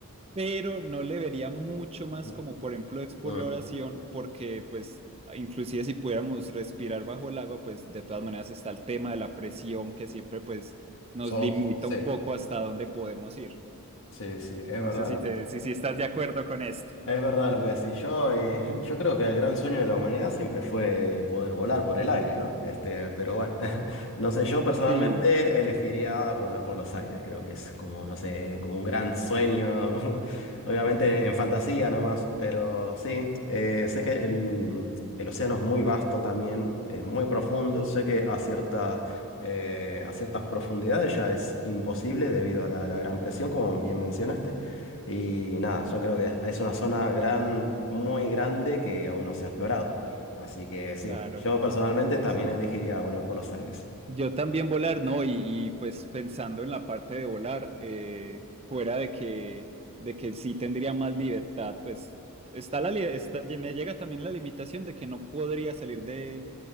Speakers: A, on the right; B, on the left.
A: pero no le vería mucho más
B: Mm,
A: como, por ejemplo, exploración,
B: mm.
A: porque pues inclusive si pudiéramos respirar bajo el agua, pues de todas maneras está el tema de la presión que siempre pues nos
B: So,
A: limita
B: sí,
A: un poco hasta dónde podemos ir.
B: sí, sí, es
A: No
B: verdad
A: sé si
B: lo
A: te,
B: que
A: si, si estás de acuerdo con esto.
B: Es verdad lo que decís yo, y <laughs> yo creo que el gran sueño de la humanidad siempre fue poder volar por el aire, ¿no? Este, pero bueno, <laughs> no sé, yo personalmente
A: Sí,
B: elegiría volar por los aires, creo que es como, no sé, como un gran sueño, <laughs> obviamente en fantasía nomás, pero sí, eh, sé que el, el océano es muy vasto también, es muy profundo, sé que a ciertas, a ciertas profundidades ya es imposible debido a la la gran presión, como bien mencionaste. Y nada, yo creo que es una zona gran, muy grande que aún no se ha explorado. Así que sí,
A: <laughs> claro.
B: yo personalmente también
A: Sí.
B: elegiría volar por los aires.
A: Yo también volar, ¿no? Y, y, pues pensando en la parte de volar, eh, fuera de que, de que sí tendría más libertad, pues está la, li- está, me llega también la limitación de que no podría salir de,